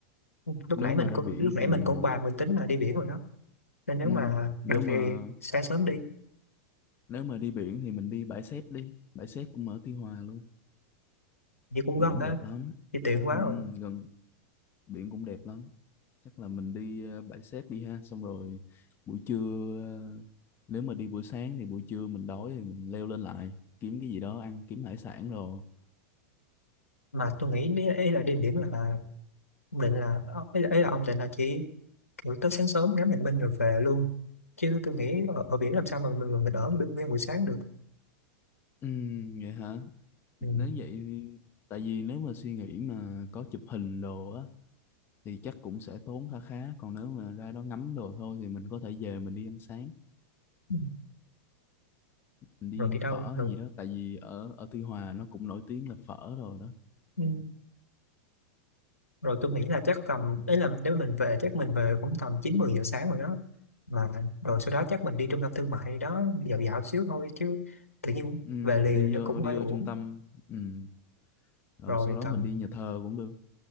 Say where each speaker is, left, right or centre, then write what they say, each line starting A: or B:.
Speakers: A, on the left; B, on the left.
A: lúc
B: Nếu
A: nãy
B: mà
A: mình
B: ra
A: cũng
B: biển
A: lúc nãy
B: thì mình
A: mình cũng bàn mình tính là đi biển rồi đó nên nếu
B: ừ.
A: mà
B: Nếu
A: được
B: mà
A: thì sáng sớm đi
B: nếu mà đi biển thì mình đi bãi xép đi. Bãi xép cũng ở Tuy Hòa luôn.
A: thì cũng
B: Biển
A: gần ha
B: đẹp lắm.
A: thì tiện quá
B: Ừ.
A: rồi
B: Gần biển cũng đẹp lắm. Chắc là mình đi ờ, bãi xép đi ha. Xong rồi buổi trưa ờ, nếu mà đi buổi sáng thì buổi trưa mình đói thì mình leo lên lại kiếm cái gì đó ăn, kiếm hải sản rồi.
A: mà tôi nghĩ ý, ý là đi biển là ông định là ý là, ý là ông định là chỉ Buổi tới sáng sớm ngắm bình minh rồi về luôn chứ tôi nghĩ ở, ở biển làm sao mà mình, mình ở nguyên nguyên buổi sáng được
B: Ừm, vậy hả?
A: ừ.
B: Nếu vậy thì- tại vì nếu mà suy nghĩ mà có chụp hình đồ á thì chắc cũng sẽ tốn khá khá, còn nếu mà ra đó ngắm đồ thôi thì mình có thể về mình đi ăn sáng,
A: Ừ.
B: mình đi
A: rồi
B: ăn
A: đi đâu
B: phở
A: rồi
B: hay gì đó tại vì ở ở Tuy Hòa nó cũng nổi tiếng là phở rồi đó.
A: ừ. rồi tôi nghĩ là chắc tầm đấy là nếu mình về chắc mình về cũng tầm chín mười giờ sáng rồi đó mà rồi sau đó chắc mình đi trung tâm thương mại gì đó dạo dạo xíu thôi chứ tự nhiên
B: Ừm,
A: về liền
B: đi
A: nó
B: vô
A: cũng
B: đi
A: hơi
B: vô
A: uổng
B: trung tâm ừm, rồi
A: rồi
B: sau đó
A: tầm
B: mình đi nhà thờ cũng được.